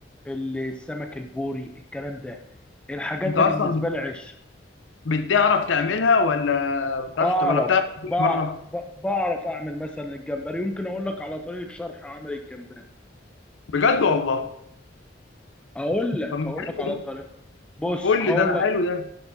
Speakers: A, in the centre; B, on the left (about 80°).
A: السمك البوري الكلام ده الحاجات
B: انت
A: ده
B: اصلا
A: بالنسبة
B: بت-
A: لي عش
B: بتعرف تعملها ولا ما بتعرفش
A: أعرف
B: ولا بتعرف تعملها
A: بع-
B: بره؟
A: ب- بعرف أعمل مثلا الجمبري يمكن أقول لك على طريقة شرح عمل الجمبري
B: بجد والله
A: أقول لك
B: طب ما
A: أقول
B: حلو
A: لك على
B: ده.
A: طريقة بص
B: كل
A: هقول
B: ده أنا
A: لك
B: حلو ده